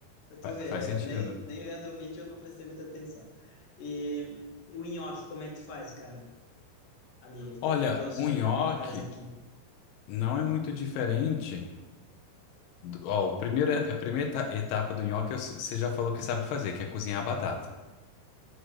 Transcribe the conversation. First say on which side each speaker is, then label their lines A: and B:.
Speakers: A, on the left; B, on the left.
A: Tu
B: Fa-
A: vê,
B: Faz
A: né?
B: sentido.
A: Eu Nem, nem vendo o vídeo eu não prestei muita atenção. E, e o nhoque, como é que tu faz, cara? Ali, fiquei
B: Olha,
A: curioso
B: o
A: o que
B: nhoque
A: a minha mãe faz aqui.
B: não é muito diferente. do- ó, o primeiro, a primeira eta- etapa do nhoque é o você já falou que sabe fazer, que é cozinhar a batata.